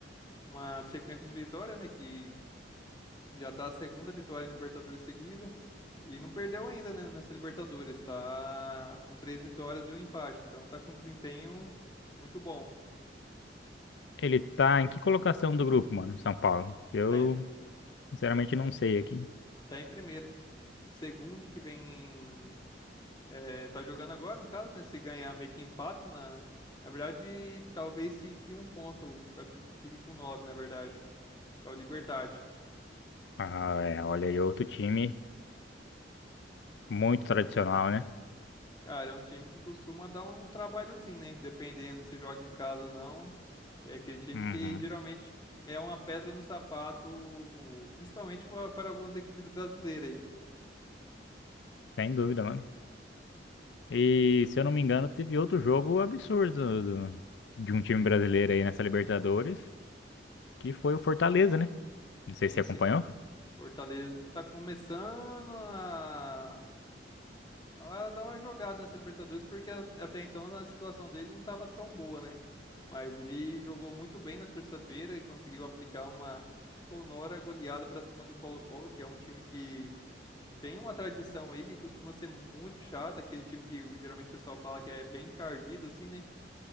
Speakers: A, on the left; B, on the left.
A: uma sequência de vitória, né, que já tá a segunda vitória em Libertadores seguida e não perdeu ainda, né, nessa Libertadores, tá com três vitórias e um empate, então tá com um desempenho muito bom.
B: Ele tá em que colocação do grupo, mano, São Paulo? Eu,
A: Tá em,
B: sinceramente, não sei aqui.
A: tá em primeiro. O segundo que vem é, tá jogando agora, no caso, né, se ganhar meio que empata na na verdade, talvez fique um ponto, ou fica, com- fique com nove, na verdade. que é o Libertad.
B: Ah, é, olha aí, outro time muito tradicional, né?
A: Cara, é um time que costuma dar um trabalhozinho, né? Dependendo se joga em casa ou não. É aquele time
B: Uhum,
A: que geralmente é uma pedra no sapato, principalmente pa- para algumas equipes brasileiras aí.
B: sem dúvida, mano. E, se eu não me engano, teve outro jogo absurdo do- de um time brasileiro aí nessa Libertadores, que foi o Fortaleza, né? Não
A: Sim,
B: sei se você acompanhou.
A: sim. Fortaleza está começando a, a dar uma jogada nessa Libertadores, porque a- até então a situação dele não estava tão boa, né? Mas ele jogou muito bem na terça-feira e conseguiu aplicar uma sonora goleada para cima do Colo-Colo, que é um time que Tem uma tradição aí que costuma ser muito chata, aquele time que o- geralmente o pessoal fala que é bem encardido, assim, né?